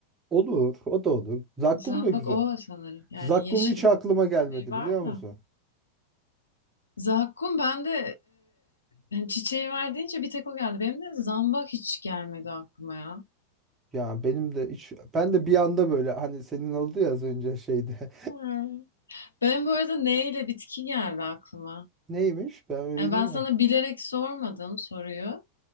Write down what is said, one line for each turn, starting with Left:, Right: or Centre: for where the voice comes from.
Right: olur, o da olur. Zakkum
Left: Zambak
Right: da güzel.
Left: o sanırım. Yani
Right: Zakkum
Left: yeşil
Right: hiç aklıma gelmedi
Left: şey var
Right: biliyor musun?
Left: da. Zakkum ben de e, yani çiçeği var deyince bir tek o geldi. Benim de zambak hiç gelmedi aklıma ya.
Right: Ya benim de hiç ben de bir anda böyle hani senin oldu ya az önce şeyde.
Left: Hmm. Benim bu arada neyle bitki geldi aklıma.
Right: <laughs> Neymiş? Ben öğreneyim
Left: Yani ben sana
Right: mi?
Left: bilerek sormadım soruyu